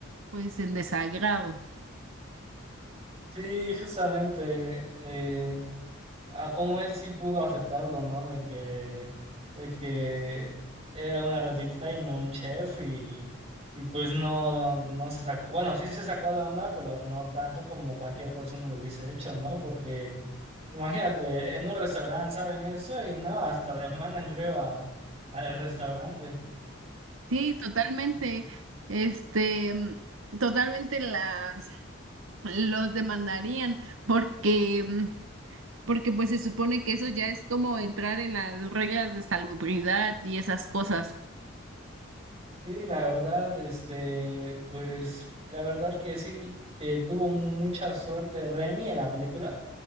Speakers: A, on the right (about 75°); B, on the right (about 30°).
A: pues en desagrado.
B: Sí, justamente, eh, a cómo él sí pudo aceptarlo, ¿no? De que, de que era una ratita y no un chef y, y pues no, no no se sacó, bueno, sí se sacó de onda, pero no tanto como cualquier persona lo hubiese hecho, ¿no? Porque imagínate, en un restaurante saben eso y no, hasta demandan, creo, a, al restaurante.
A: Sí, totalmente, este, mm, totalmente las, los demandarían porque, mm, porque pues se supone que eso ya es como entrar en las reglas de salubridad y esas cosas.
B: Sí, la verdad, este, pues la verdad que sí, eh, tuvo mucha suerte Remy en la película